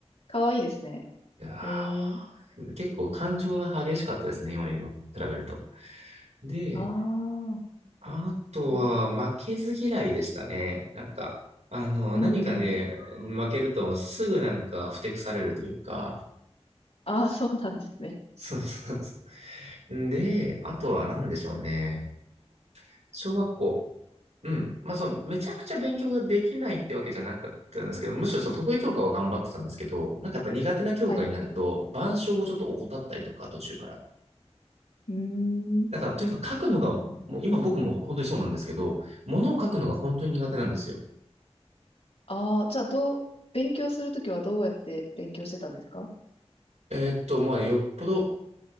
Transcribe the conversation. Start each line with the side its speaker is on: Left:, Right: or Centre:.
Left: かわいいですね。
Right: いや
Left: ええー、
Right: ー結構感情が激しかったですね、今に比べると。で、
Left: ああ、
Right: あとは、
Left: うん、
Right: 負けず嫌いでしたね。なんか、あの、
Left: うん、
Right: 何かね、
Left: うん
Right: 負けるとすぐなんか、ふてくされるというか、
Left: ああ、そうなんですね。
Right: そうそうそう。で、あとは何でしょうね。小学校うん。まあ、その、めちゃくちゃ勉強ができないってわけじゃなかったんですけど、むしろその得意教科は頑張ってたんですけど、なんかやっぱ苦手な教科になると、
Left: はい。
Right: 板書をちょっと怠ったりとか、途中から。
Left: うーん。
Right: だから、とにかく書くのが、もう今僕も本当にそうなんですけど、ものを書くのが本当に苦手なんですよ。
Left: ああ、じゃあ、どう、勉強するときはどうやって勉強してたんですか
Right: えーっと、まあ、よっぽど、